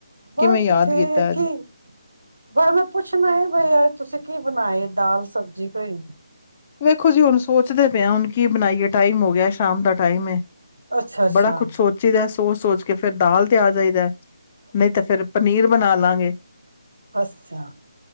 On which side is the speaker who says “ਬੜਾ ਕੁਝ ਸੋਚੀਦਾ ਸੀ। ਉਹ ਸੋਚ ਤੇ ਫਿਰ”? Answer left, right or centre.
Left